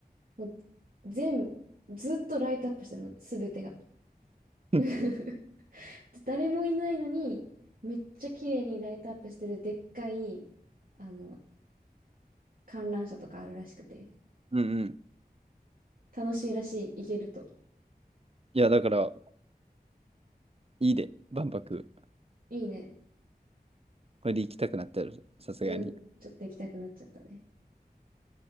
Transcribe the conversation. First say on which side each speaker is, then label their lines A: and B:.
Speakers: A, on the right; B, on the right.
A: もう全、ずっとライトアップしてるの、すべてが。<laughs>
B: <laughs>
A: で誰もいないのに、めっちゃ綺麗にライトアップしてるでっかい、あの、観覧車とかあるらしくて、
B: うんうん。
A: 楽しいらしい、行けると。
B: いや、だから、いいで、万博。
A: いいね。
B: これで行きたくなったら、さすがに。
A: うん、
B: い
A: ちょっと行きたくなっちゃったね。